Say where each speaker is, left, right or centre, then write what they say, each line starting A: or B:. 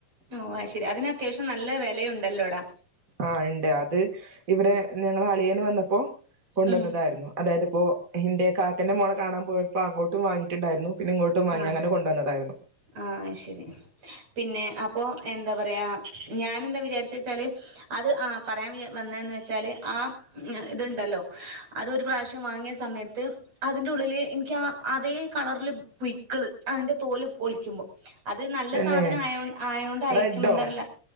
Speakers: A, on the right; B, on the right.
A: ഓ അയ്ശരി അതിന് അത്യാവശ്യം നല്ല വെലയു ണ്ടല്ലോടാ
B: ആ ഇണ്ട്. അത് ഇവിടെ ഞങ്ങളെ അളിയന് വന്നപ്പോ കൊണ്ടുവന്നതായിരുന്നു,
A: ഉം
B: അതായത്പ്പോ എന്റെ കാക്കന്റെ മോളെ കാണൻ പോയപ്പോ അങ്ങോട്ടും വാങ്ങിട്ടുണ്ടായിരുന്നു പിന്നെ ഇങ്ങോട്ടും വാങ്ങി
A: ആഹ്
B: അങ്ങനെ കൊണ്ടുവന്നതാ
A: ആഹ് അയ്ശരി പിന്നെ അപ്പൊ എന്ത പറയാ ഞാനെന്താ വിചാരിച്ചേച്ചാല് അത് ആഹ് പറയാൻ വിച വന്നന്ന് വെച്ചാല് ആഹ് ഇത്ണ്ടല്ലോ അതൊരു പ്രാവശ്യം വാങ്ങിയ സമയത്ത് അതിന്റെ ഉള്ളില് ഇൻക്യാ അതേ കളറില് പുയ്ക്കള്. അതിന്റെ തോല് പൊളിക്കുമ്പോ അത് നല്ല
B: തന്നെ
A: സാധനം ആയോ ആയോണ്ടായിരിക്കും
B: റെഡോ
A: എന്താർല